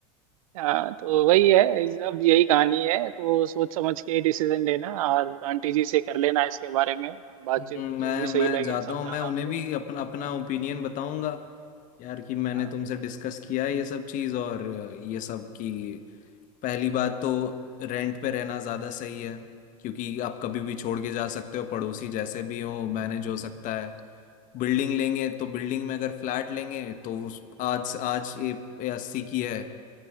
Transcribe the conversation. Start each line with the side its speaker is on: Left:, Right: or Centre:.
Right: हाँ तो वही है सब यही कहानी है तो सोच समझ के डिसीजन लेना और आंटी जी से कर लेना इसके बारे में बातचीत
Left: हम्म, मैं
Right: जो भी
Left: मैं
Right: सही लगे
Left: जाता
Right: समझाना
Left: हूँ मैं उन्हें
Right: उनको
Left: भी अपना अपना ओपिनियन बताऊंगा यार कि मैंने
Right: हाँ
Left: तुमसे डिस्कस किया है ये सब चीज़ और अ, ये सब की पहली बात तो रेंट पे रहना ज़्यादा सही है क्योंकि आप कभी भी छोड़ के जा सकते हो पड़ोसी जैसे भी हो मैनेज हो सकता है बिल्डिंग लेंगे तो बिल्डिंग में अगर फ्लैट लेंगे तो उस आज आज ये अस्सी की है